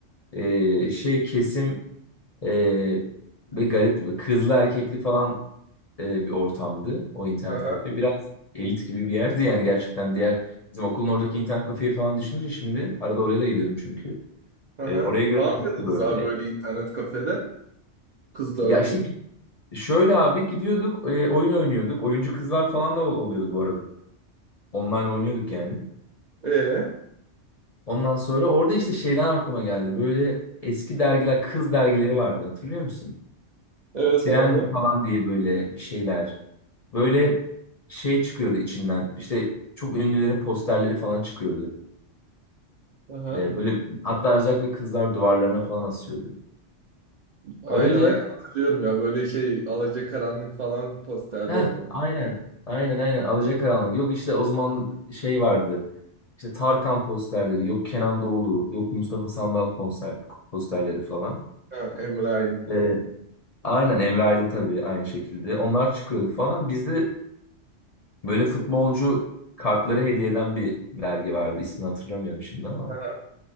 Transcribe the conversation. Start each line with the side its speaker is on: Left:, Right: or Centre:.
Left: e, şey kesim Ee, ve garipti. Böyle Kızlı erkekli falan e, bir ortamdı o internet
Right: Aha,
Left: kafe. Biraz elit gibi bir yerdi yani gerçekten diğer bizim okulun oradaki internet kafeyi falan düşününce şimdi arada oraya da gidiyordum çünkü.
Right: aha.
Left: Ee, oraya göre
Right: Ne yapıyordunuz
Left: elit gibi böyle.
Right: abi böyle internet kafede? Kızlar
Left: Ya
Right: gibi.
Left: işte git- şöyle abi gidiyorduk e, oyun oynuyorduk. Oyuncu kızlar falan da ol- oluyordu bu arada. Online oynuyorduk yani.
Right: Ee,
Left: Ondan sonra orada işte şeyden aklıma geldi. Böyle eski dergiler, kız dergileri vardı hatırlıyor musun?
Right: evet
Left: Trendy
Right: abi.
Left: falan diye böyle bir şeyler. Böyle
Right: Hı hı.
Left: şey çıkıyordu içinden. İşte çok ünlülerin posterleri falan çıkıyordu.
Right: Aha.
Left: Ee, böyle hatta özellikle kızlar duvarlarına falan asıyordu.
Right: Aynen
Left: Öyle.
Right: aynen hatırlıyorum ya böyle şey Alacakaranlık falan posterleri
Left: Heh,
Right: mi?
Left: aynen. Aynen aynen. Alacakaranlık. Yok işte o zaman şey vardı. İşte Tarkan posterleri, yok Kenan Doğulu, yok Mustafa Sandal konser, posterleri falan.
Right: Ha, Emre Aydın
Left: Ee,
Right: falan.
Left: aynen Emre Aydın tabii aynı şekilde. Onlar çıkıyordu falan. Bizde böyle futbolcu kartları hediye eden bir dergi vardı. İsmini hatırlamıyorum şimdi ama.
Right: Aha.